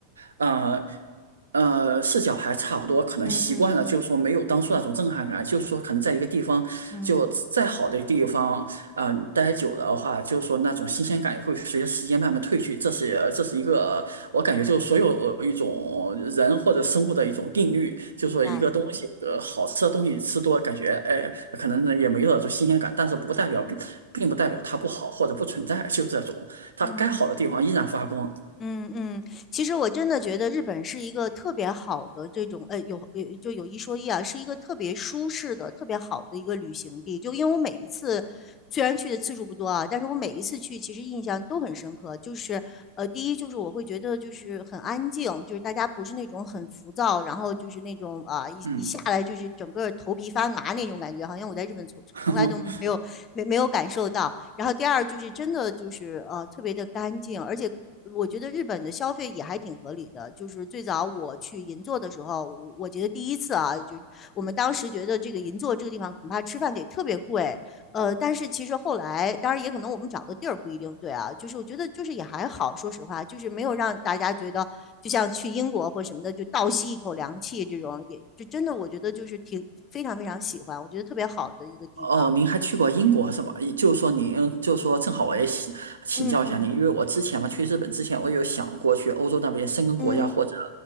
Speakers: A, on the right; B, on the left.
A: 啊，呃，视角还差不多，可能习惯了，
B: 嗯嗯嗯
A: 就是说没有当初那种震撼感，
B: 嗯
A: 就是说可能在一个地方，
B: 嗯，
A: 就再好的地方，啊、你待久了的话，就是说那种新鲜感也会随着时间慢慢褪去，这是这是一个我感觉就是所有呃一种人或者生物的一种定律，就是说一个东西，
B: 明白。
A: 呃，好吃的东西吃多了，感觉哎，可能也没有那种新鲜感，但是不代表并并不代表它不好或者不存在，就这种，它该好的地方依然发光，
B: 嗯嗯嗯嗯，其实我真的觉得日本是一个特别好的这种，呃，有有就有一说一啊，是一个特别舒适的、特别好的一个旅行地。就因为我每一次虽然去的次数不多啊，但是我每一次去其实印象都很深刻。就是呃，第一就是我会觉得就是很安静，就是大家不是那种很浮躁，然后就是那种啊呃一一下来就是整个头皮发麻那种感觉，
A: 嗯。
B: 好像我在日本从从来都没有没没有感受到。
A: <laughs>
B: 然后第二就是真的就是呃特别的干净，而且。我觉得日本的消费也还挺合理的，就是最早我去银座的时候，我我觉得第一次啊，就我们当时觉得这个银座这个地方恐怕吃饭得特别贵，呃，但是其实后来，当然也可能我们找的地儿不一定对啊，就是我觉得就是也还好，说实话，就是没有让大家觉得就像去英国或什么的就倒吸一口凉气这种，也就真的我觉得就是挺非常非常喜欢，我觉得特别好的一个地方。
A: 哦，您还去过英国是吗？也就是说您，就是说正好我也请请教一下您，
B: 嗯嗯嗯
A: 因为我之前嘛去日本之前，我有想过去欧洲那边申根国家或者
B: 嗯